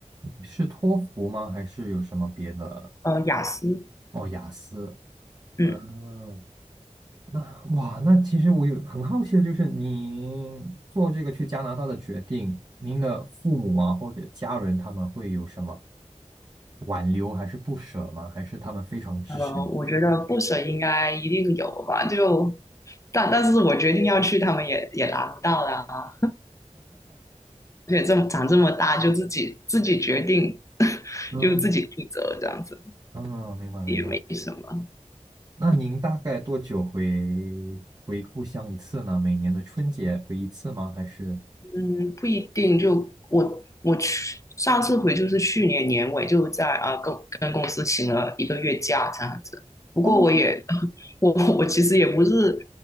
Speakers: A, on the right; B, on the left.
A: 是托福吗？还是有什么别的？
B: 呃，雅思，
A: 哦，雅思。
B: 嗯，
A: 嗯，那哇，那其实我有很好奇的就是，您做这个去加拿大的决定，您的父母啊或者家人他们会有什么挽留还是不舍吗？还是他们非常支持你的决定？
B: 呃，我觉得不舍应该一定有吧，就但但是我决定要去，他们也也拿不到的啊。而且这么长这么大，就自己自己决定，<laughs>
A: 嗯
B: 就自己负责这样子，
A: 嗯，明白明白。
B: 没什么。
A: 那您大概多久回回故乡一次呢？每年的春节回一次吗？还是？
B: 嗯，不一定。就我我去上次回就是去年年尾，就在啊、呃跟跟公司请了一个月假这样子。不过我也
A: 哦，
B: <laughs> 我我其实也不是，